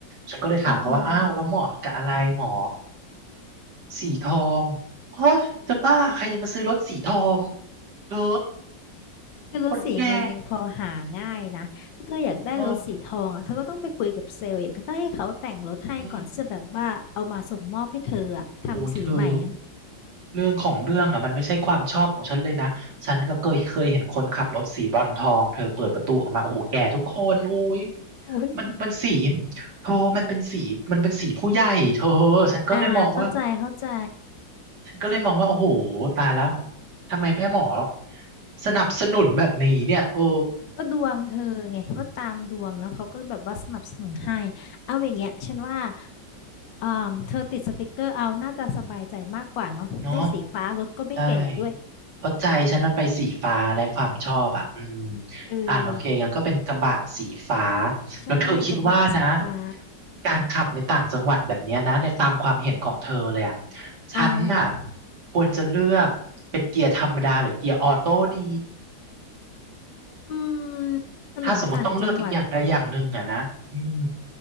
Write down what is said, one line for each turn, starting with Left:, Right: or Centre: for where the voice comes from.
Right: ฉันก็เลยถามเขาว่าอ้าวแล้วเหมาะกับอะไรหมอ
Left: อืมอืม
Right: สีทองเฮ้ยจะบ้าใครจะมาซื้อรถสีทองเธอ
Left: คือรถสีเงินยังพอหาง่ายนะ
Right: คนแก่
Left: ถ้าเธออยากได้รถสีทองอะเธอก็ต้องไปคุยกับเซลล์อีกก็ต้องให้เขาแต่งรถให้ก่อนที่จะแบบว่าเอามาส่งมอบให้เธออะทำสีใหม่ทั้ง
Right: เอออืมโอ้ยเธอเรื่องของเรื่องอ่ะมันไม่ใช่ความชอบของฉันเลยนะฉันก็เคยเคยเห็นคนขับรถสีบรอนซ์ทองเธอเปิดประตูออกมาโอ้โหแก่ทุกคนอุ้ย
Left: อุ้ย
Right: มันมันสีโธมันเป็นสีมันเป็นสีผู้ใหญ่เธอฉันก็เลยมองว่า
Left: อ่าเข้าใจเข้าใจ
Right: ฉันก็เลยมองว่าโอ้โหตายแล้วทำไมแม่หมอสนับสนุนแบบนี้เนี่ยเออ
Left: ก็ดวงเธอไงก็ตามดวงเนาะเขาก็แบบว่าสนับสนุนให้เอาอย่างเงี้ยฉันว่าเอ่อเธอติดสติกเกอร์เอาน่าจะสบายใจมากกว่าเนาะได้สีฟ้ารถก็ไม่แก่ด้วย
Right: เนาะ ใช่เพราะใจฉันนั้นไปสีฟ้าและความชอบอ่ะอืม
Left: เออ
Right: อ่ะโอเคงั้นก็เป็นกระบะสีฟ้า
Left: ใช่กระบะสีฟ้า
Right: แล้วเธอคิดว่านะการขับในต่างจังหวัดแบบเนี้ยนะในตามความเห็นของเธอเลยอ่ะฉันน่ะ
Left: อ่า
Right: ควรจะเลือกเป็นเกียร์ธรรมดาหรือเกียร์ออโต้ดี
Left: อืมถนนต่างจังหวัด
Right: ถ้าสมมติต้องเลือกอย่างใดอย่างหนึ่งอ่ะนะอืม